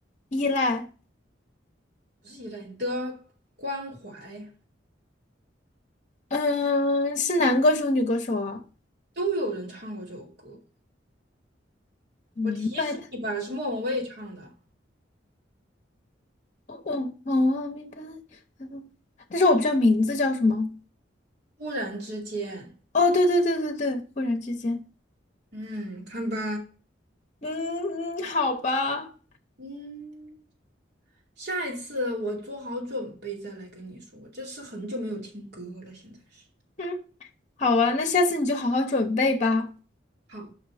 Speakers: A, on the left (about 40°); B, on the right (about 60°).
A: 依赖。
B: 不是依赖你的关怀，
A: 嗯，是男歌手、女歌手啊？
B: 都有人唱过这首歌。
A: 明白的，
B: 我提示你吧，是莫文蔚唱的
A: 哦哦哦，明白。嗯，但是我不知道名字叫什么。
B: 《突然之间》。
A: 哦，对对对对对，忽然之间，
B: 嗯，看吧，
A: 嗯嗯，好吧，
B: 嗯，下一次我做好准备再来跟你说，我这是很久没有听歌了，现在是。
A: 嗯，好啊，那下次你就好好准备吧。
B: 好。